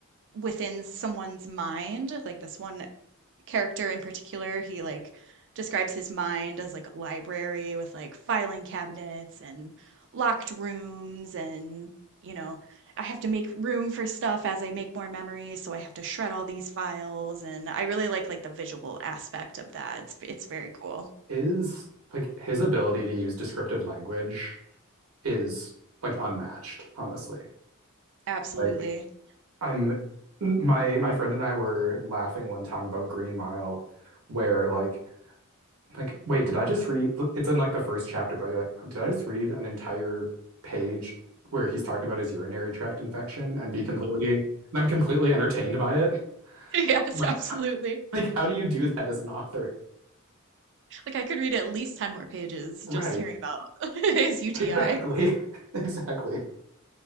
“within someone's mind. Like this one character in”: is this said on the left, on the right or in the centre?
Right